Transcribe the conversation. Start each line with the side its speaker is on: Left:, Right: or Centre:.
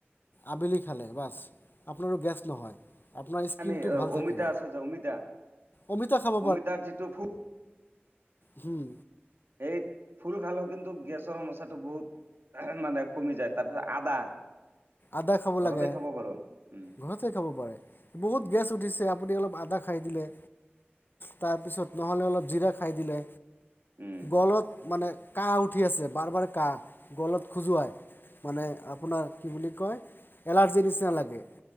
Left: আবেলি খালে, বাছ আপোনাৰো গেছ নহয়। আপোনাৰ স্কিনটো
Right: আমি,
Left: ভাল
Right: অমিতা
Left: থাকিব।
Right: আছে যে, অমিতা,
Left: অমিতা খাব
Right: অমিতাৰ যিটো ফুল।
Left: হম।
Right: এই ফুল খালেও কিন্তু, গেছৰ সমস্যাটো বহুত মানে কমি যায়, তাৰ পিছত আদা,
Left: আদা খাব
Right: ঘৰতে
Left: লাগে
Right: খাব পাৰোন, উম।
Left: ঘৰতে খাব পাৰে। বহুত গেছ উঠিছে, আপুনি অলপ আদা খাই দিলে। তাৰপিছত, নহ'লে অলপ জিৰা খাই দিলে,
Right: উম
Left: গলত মানে কাহ উঠি আছে, বাৰ, বাৰ কাহ, গলত খোজুৱাই, মানে আপোনাৰ কি বুলি কয়, এলাৰ্জিৰ নিচিনা লাগে,